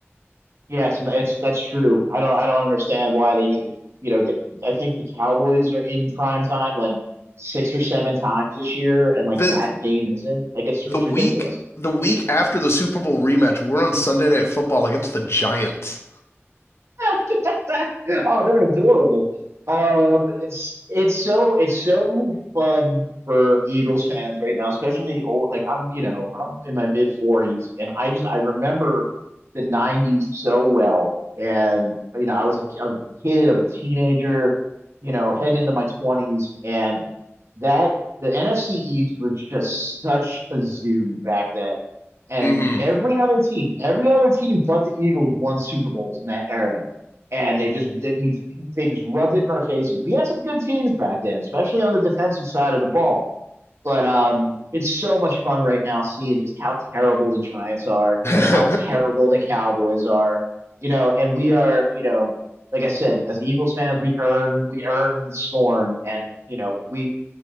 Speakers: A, on the right; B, on the left.
A: yeah, it's it's that's true. I don't I don't understand why they need to you know get. I think the Cowboys are in prime time like six or seven times this year, and like
B: The
A: that game isn't like it's
B: the
A: it's
B: week
A: ridiculous.
B: the week after the Super Bowl rematch, we're on Sunday Night Football against the Giants.
A: <laughs> Oh, they're adorable. Um, it's it's so it's so fun for Eagles fans right now, especially old. Like I'm, you know, I'm in my mid 40s, and I just I remember the 90s so well. And you know, I was a, I was a kid, I was a teenager, you know, heading into my 20s, and that the NFC East was just such a zoo back then. And
B: hmm
A: every other team, every other team but the Eagles won Super Bowls in that era and they just they, they just rubbed it in our faces. We had some good teams back then, especially on the defensive side of the ball. But um, it's so much fun right now seeing just how terrible the Giants are,
B: <laughs>
A: how terrible the Cowboys are, you know. And we are, you know, like I said, as Eagles fans, we earn we earn scorn, and you know, we